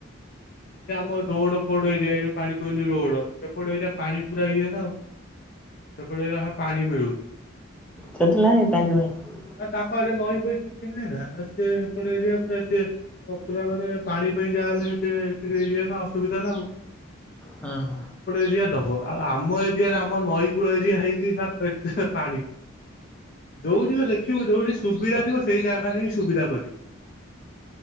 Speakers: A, on the left (about 45°); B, in the centre.
A: ମ ରୋଡ ଫୋଡ ଏରିଆ ଏଇ ଯୋଉ ପାଣି କୋଇଲିି ରୋଡ। ସେପଟ ଏରିଆ ପାଣି ପୁରାଇ ଇଏ ନା ଆଉ। ସେପଟ ଏରିଆ ପାଣି ମିଳୁ
B: ସେଠି ନାଇଁ ଟାଙ୍କି ପାଇଁ
A: ଆଉ ତାଙ୍କ ଆଡେ ନଈ କିଛି ନାହିଁ ନା ସେ ସେପଟେ ଏରିଆ ପୁରା ସେ ପୁରା ମାନେ ପାଣି ପାଇଁ ଯାହା ହେଲେ ସେ ଇଏ ନା ଅସୁବିଧା ନା ଆଉ।
B: ହଁ ହ।
A: ଏ ଦବ ଆଉ ଆମ ଏରିଆରେ ଆମ ନଈ କୂଳ ଏରିଆ ହେଇକି ଏତେ ପାଣି ଯୋଉଠିକ ଦେଖିବୁ ଯୋଉଠି ସୁବିଧା ଥିବ ସେଇ ଜାଗା ନେଇଁ ସୁବିଧା କରିବି।